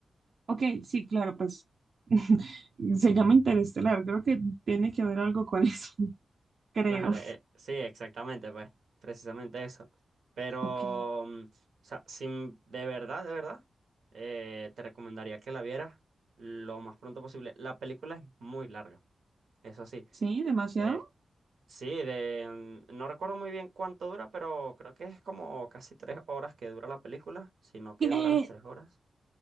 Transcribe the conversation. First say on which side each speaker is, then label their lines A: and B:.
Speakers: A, on the right; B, on the right.
A: Ok, sí, claro, pues <laughs> se llama Interestelar. Creo que tiene que ver algo con eso, <laughs> creo.
B: Claro, eh, sí, exactamente, pues, precisamente eso. Pero,
A: Ok,
B: mm, o sea, sin, de verdad, de verdad, eh, te recomendaría que la vieras lo más pronto posible. La película es muy larga, eso sí.
A: sí, demasiado.
B: Eh, sí, de, mm, no recuerdo muy bien cuánto dura, pero creo que es como casi tres horas que dura la película, sino que
A: ¿Qué?
B: dura las tres horas.